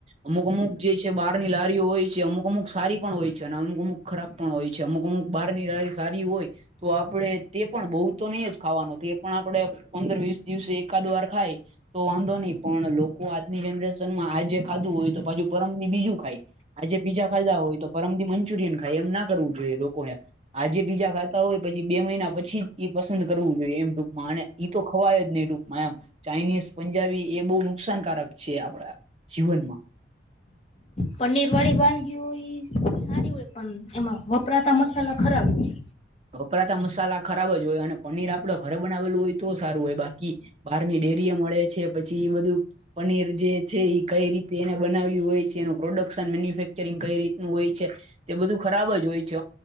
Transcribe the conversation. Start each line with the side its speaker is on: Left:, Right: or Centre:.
Right: અમુક અમુક જે છે બહારની લારીઓ હોય છે અમુક અમુક સારી પણ હોય છે અને અમુક અમુક ખરાબ પણ હોય છે અમુક અમુક બહાર ની લારી સારી હોય તો આપડે તે પણ બહુ તો નહી જ ખાવાનું તો એ પણ આપડે પંદર વીસ દિવસે એકાદ વાર ખાય તો વાંધો નહી પણ લોકો આજની જનરેશન માં આજે ખાધું હોય તો પાછુ પરમ દી બીજું ખાય આજે પીઝા ખાધા હોય તો પરમથી મંચુરિયન ખાય એમ ના કરવું જોઈએ લોકોને આજે બીજા ખાતા હોય પછી બે મહિના પ પછી પસંદ કરવું જોઈએ એમ ટૂંકમાં અને તો ખવાય જ નહી ટૂંકમાં એમ ચાઇનીઝ પંજાબી એ બહુ નુકસાનકારક છે આપડા જીવનમાં
Left: પનીર વાળી વાનગી હોય સારી હોય પણ એમાં વપરાતા મસાલા ખરાબ હોય
Right: વપરાતા મસાલા ખરાબ જ હોય અને પનીર આપડે ઘરે બનાવેલું હોય તો સારું હોય બાકી બહાર ની ડેરીઓ મળે છે પછી એ બધું પનીર જે છે ઈ કઈ રીતે એને બનાવ્યું હોય છે એનું પ્રોડક્શન મેન્યુફેક્ચરિંગ કઈ રીતનું હોય છે તે બધું ખરાબ જ હોય છે